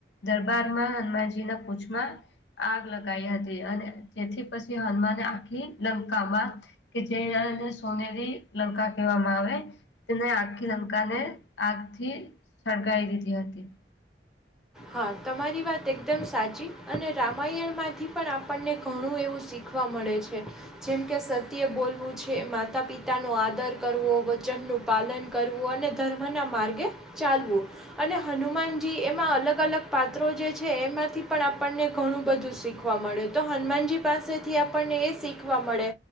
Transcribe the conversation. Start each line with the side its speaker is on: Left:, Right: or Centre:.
Left: દરબારમાં હનુમાનજીના પૂછમાં આગ લગાઈ હતી અને જેથી પછી હનુમાને આખી લંકામાં કે જે અને સોનેરી લંકા કહેવામાં આવે. તેને આખી લંકાને આગથી સળગાઈ દીધી હતી.
Centre: હા તમારી વાત એકદમ સાચી અને રામાયણમાંથી પણ આપણને ઘણું એવું શીખ ખવા મળે છે. જેમકે સત્ય બોલવું છે માતા પિતાનો આદર કરવો વચનનું પાલન કરવું અને ધર્મના માર્ગે ચાલવું, અને હનુમાનજી એમાં અલગ ગલગ પાત્રો જે છે. એમાંથી પણ આપણને ઘણું બધું શીખવા મળે તો હનુમાનજી પાસેથી આપણને એ શીખવા મળે